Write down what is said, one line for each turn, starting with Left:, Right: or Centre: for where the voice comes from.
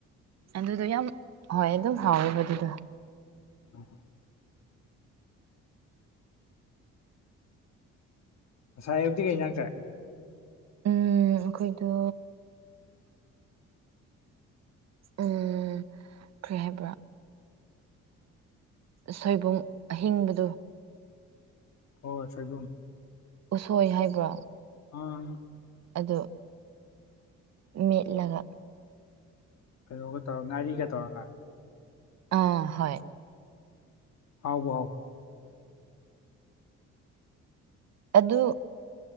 Right: ꯑꯗꯨꯗꯣ ꯌꯥꯝ ꯍꯣꯏ ꯑꯗꯨꯝ ꯍꯥꯎꯋꯦꯕ ꯗꯨꯗꯣ
Left: ꯑ ꯉꯁꯥꯏ ꯑꯌꯨꯛꯇꯤ ꯀꯩ ꯍꯤꯡꯖꯥꯡ ‌ꯆꯥꯏ
Right: ꯎꯝ ꯑꯈꯣꯏꯗꯣ ꯎꯝ ꯀ꯭ꯔꯤ ꯍꯥꯏꯕ꯭ꯔꯥ ꯁꯣꯏꯕꯨꯝ ꯑꯍꯤꯡꯕꯗꯣ
Left: ꯑꯣ ꯁꯣꯏꯕꯨꯝ
Right: ꯎꯁꯣꯏ ꯍꯥꯏꯕ꯭ꯔꯣ
Left: ꯑꯪ
Right: ꯑꯗꯨ ꯃꯦꯠꯂꯒ
Left: ꯀꯩꯅꯣꯒ ꯇꯧꯔ ꯉꯥꯔꯤꯒ ꯇꯧꯔꯒ
Right: ꯑꯥ ꯍꯣꯏ
Left: ꯍꯥꯎꯕꯨ ꯍꯥꯎꯕ꯭ꯔꯣ
Right: ꯑꯗꯨ